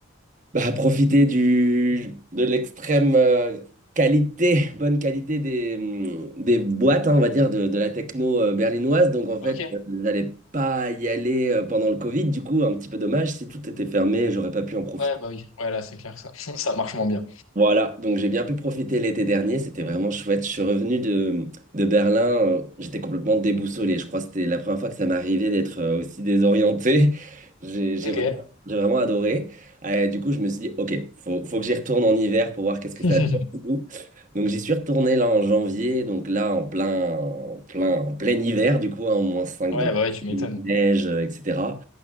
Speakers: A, on the right (about 35°); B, on the left (about 80°).
A: bah, profiter du, de l'extrême euh, qualité, <laughs> bonne qualité des, hum, des boîtes, hein, on va dire, de, de la techno euh, berlinoise. Donc, en
B: Ok.
A: fait, euh, j'allais pas y aller euh, pendant le Covid. Du coup, un petit peu dommage. Si tout était fermé, j'aurais pas pu en profiter.
B: Ouais, bah oui. Ouais, là, c'est clair que ça, <laughs> ça marche moins bien.
A: Voilà, donc j'ai bien pu profiter l'été dernier, c'était vraiment chouette. Je suis revenu de, de Berlin, euh, j'étais complètement déboussolé. Je crois que c'était la première fois que ça m'arrivait d'être euh, aussi désorienté. <laughs> J'ai j'ai
B: Ok.
A: vraiment, j'ai vraiment adoré. Euh, du coup, je me suis dit, ok, faut, faut que j'y retourne en hiver pour voir qu'est-ce que
B: <laughs>
A: ça donne. Donc j'y suis retourné là en janvier, donc là en plein, en plein, en plein hiver, du coup, hein, moins cinq
B: Ouais,
A: degrés,
B: bah ouais, tu m'étonnes.
A: neige, euh, etc.